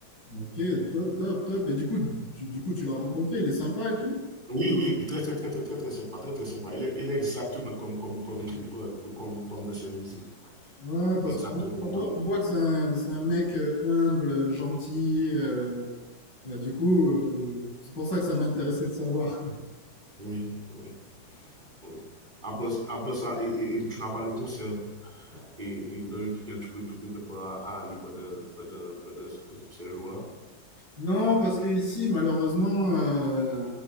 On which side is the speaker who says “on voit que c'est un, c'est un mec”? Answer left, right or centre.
Left